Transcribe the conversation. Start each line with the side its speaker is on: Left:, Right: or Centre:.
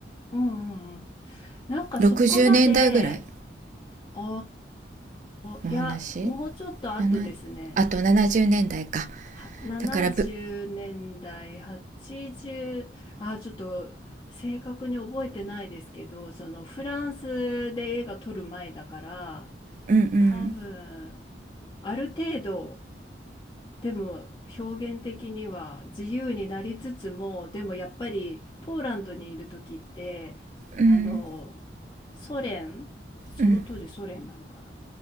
Left: うんうんうん、なんかそこまで、
Right: 60年代ぐらい
Left: あ
Right: の話
Left: ーいや、もうちょっと後ですね。
Right: ななあと70年代か。
Left: は70年代、
Right: だからぶ、
Left: 80、あー、ちょっと正確に覚えてないですけど、そのフランスで映画撮る前だから、
Right: うんうん、
Left: 多分、ある程度、でも表現的には自由になりつつも、でもやっぱりポーランドにいる時って、
Right: うん、
Left: あの、ソ連、その当時ソ連なのかな。
Right: うん、